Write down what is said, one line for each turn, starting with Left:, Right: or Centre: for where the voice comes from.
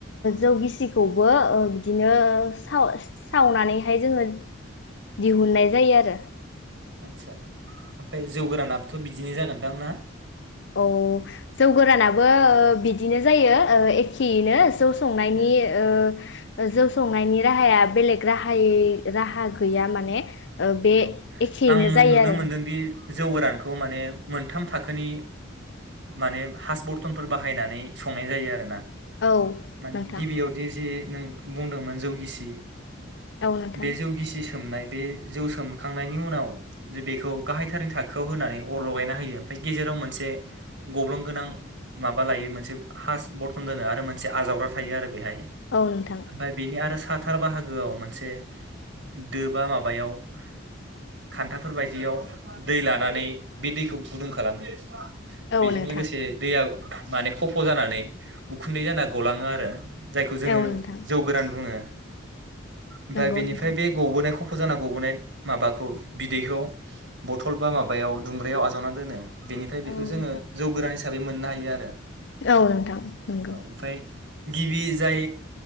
Left: जौ गिसिखौबो बिदिनो साव सावनानैहाय जोंङो दिहुननाय जायो आरो
Right: आदसा ओमफ्राय जौ गोरानाबोथ' बिदिनो जागोनदां ना
Left: औ जौ गोरानाबो ओ बिदिनो जायो ओ एखेयैनो जौ संनायनि
Right: उम
Left: ओ जौ संनायनि राहाया बेलेग राहायै राहा गैया माने ओ बे
Right: औ
Left: एखेयैनो
Right: आंङो
Left: जायो
Right: नुनो
Left: आरो
Right: मोनदोंदि जौ गोरानखौ माने मोनथाम थाखोनि माने हास बरथनफोर बाहायनानै संनाय जायो आरो ना
Left: औ
Right: माने
Left: नोंथां
Right: गिबियावदि जे नों बुंदोंमोन जौगिसि
Left: औ नोंथां
Right: बे जौ गिसि सि सोमनाय दो जौ सोमखांनायनि उनाव जुदि बेखौ गाहायथारनि थाखोआव होनानै अर लगायना होयो ओमफ्राय गेजेराव मोनसे गब्लं गोनां माबा लायो मोनसे हास बरथन दोनो आरो मोनसे आजावग्रा थायो आरो बेहाय
Left: औ नोंथां
Right: ओमफ्राय बिनि आरो सा हाथार बाहागोआव मोनसे दोबा माबायाव खान्थाफोर बायदियाव दै लानानै बे दैखौ गुदुं खालामो
Left: औ
Right: बेजों
Left: नोंथां
Right: लोगोसे दैया माने खफ' जानानै उखुन्दै जाना गलांङो आरो जायखौ जोंङो
Left: औ नोंथां
Right: जौ गोरान बुङो। ओमफ्राय
Left: नंगौ
Right: बेनिफ्राय
Left: नोंथां
Right: बे गबोनायखौ खफ फुजाना गबोनाय माबाखौ बिदैखौ बथल बा माबायाव दुंग्रियाव आजावना दोनो बेनिफ्राय
Left: औ
Right: बेखौ
Left: नोंथां
Right: जोंङो जौ गोरान हिसा हिसाबै मोननो हायो आरो
Left: औ नोंथां नंगौ।
Right: औ ओमफ्राय गिबि जाय